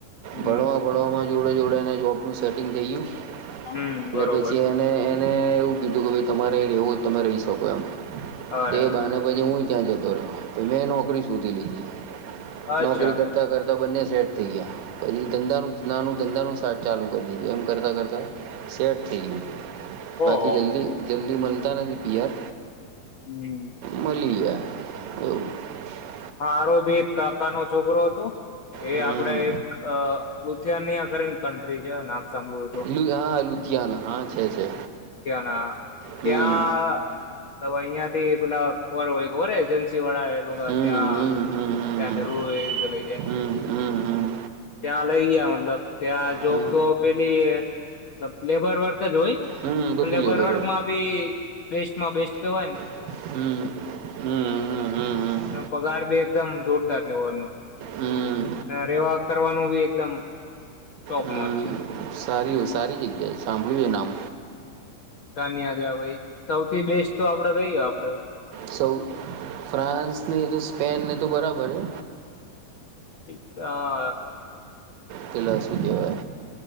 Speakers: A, on the left; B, on the right.
A: હમ
B: ભણવા ભણવામાં જોડે જોડે એને જોબનું સેટિંગ થઈયું એટટલે
A: હમ બરોબર
B: પછી એને એ ને એવું પીધું તમારે એ રહેવું તમે રહી શકો એમ
A: અરે
B: તો બને પછી હું ્યા કરતો રહ તો મેન ઓ શધી લીધી
A: અચ્છા
B: નોકરી કરતા કરતા બંને ે થ ગયા પછ દંધાનું નાનું ધંધા નું શટ ચાલુ કરી દીધું એમ કરતાં કરતા શેટ <inaudible> બાકી
A: ઓહો
B: જલ્દી જલ્દી મળતા નથી પિયાર
A: હમ
B: મળી ગયા <inaudible>
A: હરો ભી એક કાકાનોો છોકરો હતો એ
B: હમ
A: આપડે એક અ ઉુથિયાનની આ કરી કન્ટ્રી છે નામ સાંભળ તો
B: લુ હા લુધિયાના હા છે છે
A: ના
B: હમ
A: ત્યાં અહં પેલા ખબર હોય ખબર એજન્સી વાળા
B: હમ
A: ત્યાં
B: હમ હમ હમ
A: ત્યાં જરૂ એીધ લઈ જાય
B: હમ હમ હમ હમ
A: ત્યાં લઈ ગયા મતલબ ત્યાં જોબ
B: હમ
A: તો પેલી લેબર વ હોય
B: હમ બધું
A: તો લેબર
B: લ્યો બરોબર
A: વર્કમાં બી બેસ્ટમાં બેસ્ટ કેવન
B: હમ હમ હમ હમ હમ
A: પગાર બી એકદમ જોરદાર લેવલ નો
B: હમ
A: અને રેવા કરવાનું બી એકદમ ટોપ
B: હમ
A: નોચ
B: સારી હો સારી જગ્યાએ સાંભળ્યું છે નામ
A: કનીિયા જ ભાઈ સૌથી બેસ્ટ તો આપડે કહી આપડ
B: સૌ ફ્રાન્સને તો સ્પેનને તો બરાબર છે
A: એ હ
B: તેલા શ દેવા